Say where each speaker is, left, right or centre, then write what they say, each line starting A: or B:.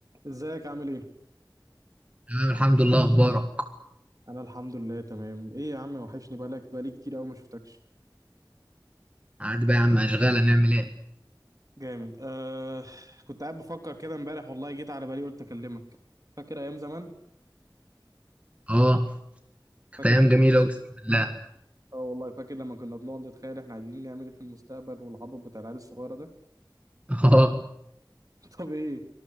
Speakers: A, on the right; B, on the right.
A: ازيك عامل ايه؟
B: تمام الحمد لله اخبارك
A: انا الحمد لله تمام ايه يا عم وحشني بقالك بقالي كتير قوي ما شفتكش
B: عاد بقى يا عم اشغال هنعمل ايه
A: جامد آه كنت قاعد بفكر كده امبارح والله جيت على بالي قلت اكلمك فاكر ايام زمان
B: اه كانت
A: فاكر
B: ايام جميله اقسم بالله <laughs>
A: اه والله فاكر لما كنا بنقعد نتخيل احنا عايزين نعمل ايه في المستقبل والعبط بتاع العيال الصغيره ده
B: اه
A: <laughs> طب ايه